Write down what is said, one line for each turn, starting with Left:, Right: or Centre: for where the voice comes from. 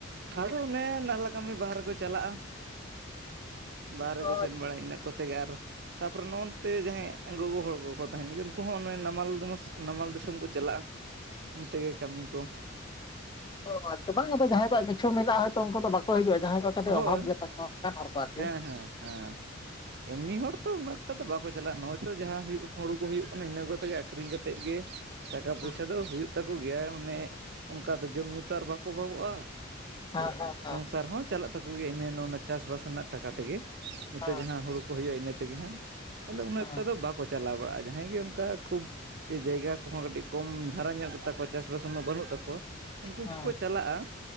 Right: ᱟᱫᱚ ᱚᱱᱮ ᱱᱟᱞᱞᱟ ᱠᱟᱹᱢᱤ ᱵᱟᱨᱦᱮ ᱠᱚ ᱪᱟᱞᱟᱜ-ᱟ᱾ ᱵᱟᱦᱨᱮ
Left: ᱚ
Right: ᱠᱚ ᱥᱮᱱ ᱵᱟᱲᱟᱭ ᱤᱱᱟᱹᱜ ᱠᱚᱛᱮ ᱜᱮ ᱟᱨ ᱛᱟᱯ ᱯᱚᱨᱮ ᱱᱚ ᱚᱱᱛᱮ ᱡᱟᱦᱟᱸᱭ ᱜᱚᱜᱚ ᱦᱚᱲ ᱠᱚᱠᱚ ᱛᱟᱦᱮᱱ ᱜᱮ ᱩᱱᱠᱩ ᱦᱚᱸ ᱟᱱᱮ ᱱᱟᱢᱟᱞ ᱫᱚᱢᱚᱥ ᱱᱟᱢᱟᱞ ᱫᱤᱥᱚᱢ ᱠᱚ ᱪᱟᱞᱟᱜᱼᱟ᱾ ᱚᱱᱛᱮ ᱜᱮ ᱠᱟᱹᱢᱤ ᱠᱚ᱾
Left: ᱛᱚ ᱦᱚᱯᱞᱭᱛᱚ ᱵᱟᱝ ᱟᱫᱚ ᱡᱟᱦᱟᱸᱭ ᱠᱚᱣᱟᱜ ᱠᱤᱪᱷᱩ ᱢᱮᱱᱟᱜᱼᱟ ᱦᱚᱭᱛᱳ ᱩᱱᱠᱩ ᱫᱚ ᱵᱟᱠᱚ ᱦᱤᱡᱩᱜᱼᱟ ᱡᱟᱦᱟᱸᱭ ᱠᱚ ᱠᱟᱴᱤᱡ
Right: ᱦᱳᱭ
Left: ᱚᱵᱷᱟᱵᱽ ᱜᱮᱛᱟᱠᱚᱣᱟ ᱚᱱᱠᱟᱱ ᱦᱚᱲ ᱠᱚ ᱟᱨᱠᱤ᱾
Right: ᱦᱮᱸ ᱦᱮᱸ ᱦᱮᱸ᱾ ᱮᱢᱱᱤ ᱦᱚᱲ ᱛᱚ ᱩᱱᱟᱹᱜ ᱮᱠᱴᱟ ᱛᱚ ᱫᱚ ᱵᱟᱠᱚ ᱪᱟᱞᱟᱜᱼᱟ ᱱᱚᱜᱼᱚᱭ ᱛᱚ ᱡᱟᱦᱟᱸ ᱦᱩᱭᱩᱜ ᱦᱩᱲ ᱠᱚ ᱦᱩᱭᱩᱜ ᱠᱟᱱᱟ ᱤᱱᱟᱹ ᱠᱚ ᱠᱟᱛᱮᱜᱮ ᱟᱠᱷᱨᱤᱧ ᱠᱟᱛᱮ ᱛᱮᱫ ᱜᱮ ᱴᱟᱠᱟ
Left: ᱦᱮᱸ
Right: ᱯᱚᱭᱥᱟ ᱫᱚ ᱦᱩᱭᱩᱜ ᱛᱟᱠᱚ ᱜᱮᱭᱟ ᱚᱱᱮ ᱚᱱᱠᱟ ᱫᱚ ᱡᱚᱢᱼᱧᱩ ᱛᱚ ᱟᱨ ᱵᱟᱠᱚ ᱚᱵᱷᱟᱵᱚᱜᱼᱟ᱾
Left: ᱦᱮᱸ ᱦᱮᱸ ᱦᱮᱸ᱾
Right: ᱥᱚᱝᱥᱟᱨ ᱦᱚᱸ ᱪᱟᱞᱟᱜ ᱛᱟᱠᱚ ᱜᱮᱭᱟ ᱤᱱᱟᱹ ᱤᱱᱟ ᱚᱱᱟ ᱪᱟᱥᱵᱟᱥ ᱨᱮᱱᱟᱜ ᱴᱟᱠᱟ ᱛᱮᱜᱮ ᱱᱤᱛᱚᱜ
Left: ᱦᱮᱸ
Right: ᱡᱟᱦᱟᱸ ᱦᱩᱲᱩ ᱠᱚ ᱦᱩᱭᱩᱜᱼᱟ ᱤᱱᱟᱹ ᱛᱮᱜᱮ ᱦᱟᱸᱜ᱾ ᱛᱟᱦᱞᱮ ᱩᱱᱟᱹᱜ
Left: ᱦᱮᱸ
Right: ᱮᱠᱴᱟ ᱫᱚ ᱵᱟᱠᱚ ᱪᱟᱞᱟᱣ ᱵᱟᱲᱟᱜᱼᱟ ᱡᱟᱦᱟᱸᱭ ᱜᱮ ᱚᱱᱠᱟ ᱠᱷᱩᱵ ᱮ ᱡᱟᱭᱜᱟ ᱠᱚᱦᱚᱸ ᱠᱟᱹᱴᱤᱡ ᱠᱚᱢ ᱫᱷᱟᱨᱟ ᱧᱚᱜ ᱜᱮᱛᱟ ᱠᱚᱣᱟ ᱪᱟᱥᱼᱵᱟᱥ ᱩᱱᱟᱹᱜ ᱵᱟᱹᱱᱩᱜ ᱛᱟᱠᱚᱣᱟ᱾ ᱩᱱᱠᱩ
Left: ᱦᱮᱸ
Right: ᱠᱚᱠᱚ ᱪᱟᱞᱟᱜᱼᱟ